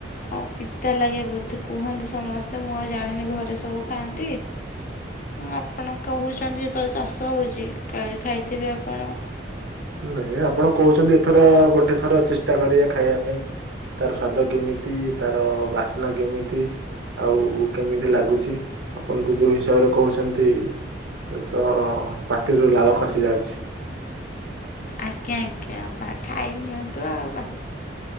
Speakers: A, on the left; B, on the right.
A: ଆଉ ପିତା ଲାଗେ ବୋଧେ କୁହନ୍ତି ସମସ୍ତେ ମୁଁ ଆଉ ଜାଣିନି ଘରେ ସବୁ ଖାଆନ୍ତି ଆପଣ କହୁଛନ୍ତି ଯେ କେତବେଳେ ଚାଷ ହଉଛି କାଳେ ଖାଇଥିବେ ଆପଣ।
B: ନାଇଁ ଆପଣ କହୁଛନ୍ତି ଏଥର ଗୋଟେ ଥର ଚେଷ୍ଟା କରିବା ଖାଇବା ପାଇଁ ତାର ସ୍ଵାଦ କେମିତି ତାର ବାସ୍ନା କେମିତି ଆଉ କେମିତି ଲାଗୁଛି। ଆପଣ ତ ଯୋଉ ହିସାବରେ କହୁଛନ୍ତି ତ ପାଟିରୁ ଲାଳ ଖସି ଯାଉଛି।
A: ଆଜ୍ଞା ଆଜ୍ଞା ଖାଇ ନିଅନ୍ତୁ ଆଉ।